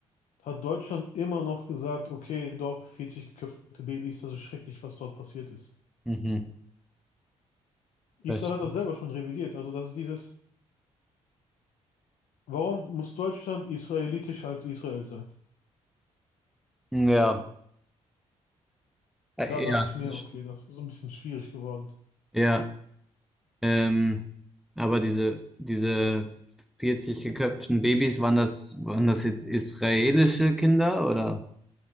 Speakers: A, on the left (about 65°); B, in the centre.
A: hat Deutschland immer noch gesagt, okay, doch, 40 geköpfte Babys, das ist schrecklich, was dort passiert ist.
B: mhm.
A: Israel
B: Verste-
A: hat das selber schon revidiert. Also das ist dieses, warum muss Deutschland israelitischer als Israel sein?
B: Ja, äh,
A: Da dachte
B: ja,
A: ich mir,
B: st-
A: okay, das ist so ein bisschen schwierig geworden.
B: ja. Ähm, aber diese, diese 40 geköpften Babys, waren das, waren das jetzt israelische Kinder oder?